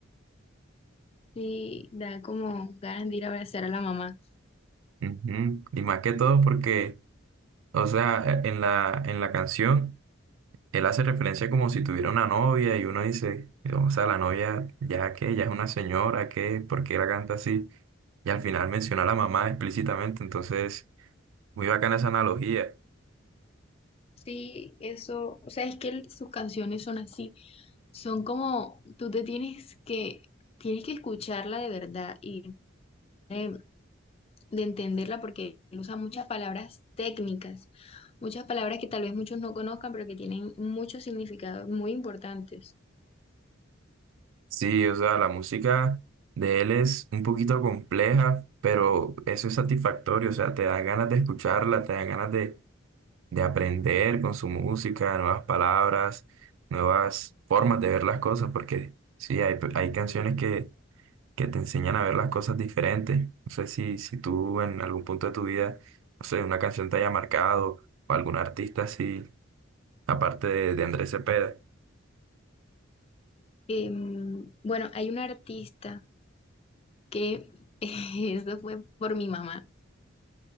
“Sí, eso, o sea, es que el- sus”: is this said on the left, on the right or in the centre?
Left